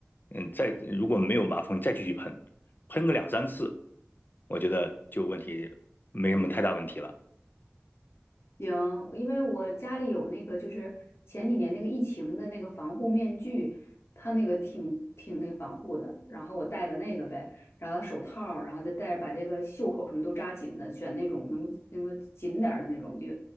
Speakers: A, on the left; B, on the left.
A: 嗯，再如果没有马蜂，你再继续喷，喷个两三次，我觉得就问题没什么太大问题了。
B: 行，因为我家里有那个，就是前几年那个疫情的那个防护面具，它那个挺挺那防护的，然后我戴的那个呗，然后手套儿然后再戴着把这个袖口什么都扎紧的，选那种能那个紧点儿的那种，就